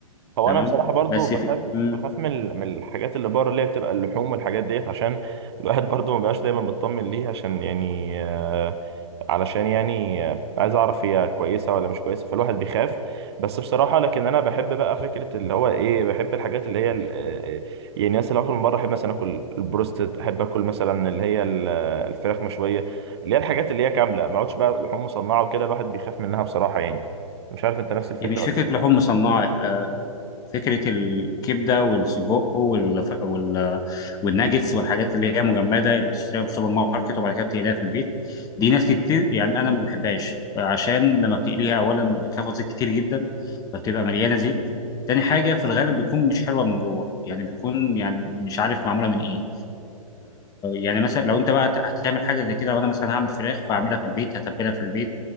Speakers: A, on the right (about 45°); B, on the left (about 20°).
A: هو
B: تمام
A: انا بصراحه برضو
B: بس
A: بخاف
B: في مم،
A: بخاف من ال- من الحاجات اللي بره اللي هي بتبقى اللحوم والحاجات ديت عشان الواحد <laughs> برضو ما بقاش دايما مطمن ليها عشان يعني آه، علشان يعني آه، عايز اعرف هي كويسه ولا مش كويسه فالواحد بيخاف بس بصراحه لكن انا بحب بقى فكره اللي هو ايه بحب الحاجات اللي هي ال- آه، آه، يعني مثلا لو اكل من بره احب مثلا اكل البروستد احب اكل مثلا اللي هي ال- آه، الفراخ مشويه اللي هي الحاجات اللي هي كامله ما اقعدش بقى لحوم مصنعه وكده الواحد بيخاف منها بصراحه يعني مش عارف انت نفس الفكره
B: يعني مش
A: ولا
B: فكره
A: إيه؟
B: لحوم مصنعه فكرة الكبدة والسجق والف... وال... والناجتس والحاجات اللي هي مجمدة اللي بتشتريها في السوبر ماركت وبعد كده بتقليها في البيت دي ناس كتير يعني أنا ما بحبهاش عشان لما بتقليها أولا بتاخد زيت كتير جدا فبتبقى مليانة زيت تاني حاجة في الغالب بيكون مش حلوة من جوه يعني بيكون يعني مش عارف معمولة من إيه يعني مثلا لو انت بقى هتعمل حاجه زي كده وانا مثلا هعمل فراخ فاعملها في البيت هتبلها في البيت